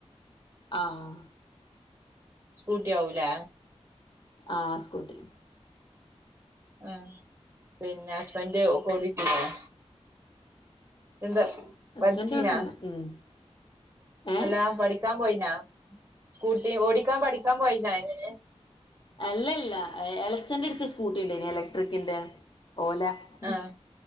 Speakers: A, on the left; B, on the right.
A: ആഹ്.
B: സ്കൂട്ടി ആവൂലേ?
A: ആഹ് സ്കൂട്ടി.
B: ആഹ് പിന്നെ ഹസ്ബൻഡ് കൊടി <unintelligible> എന്താ
A: ഹസ്ബൻഡ്
B: പഠിച്ചീനാ
A: ഇവിടെണ്ട് ഉം ഏഹ്
B: എല്ലാ പഠി ക്കാൻ പോയിനാ സ്കൂട്ടി ഓടിക്കാൻ പഠിക്കാൻ പോയിന എങ്ങനെ?
A: അല്ലല്ല എളച്ചന്റെട്ത്ത് സ്കൂട്ടി ഇണ്ടേനി ഇലക്ട്രിക്കിന്റെ ഓല. ഉം
B: ആഹ്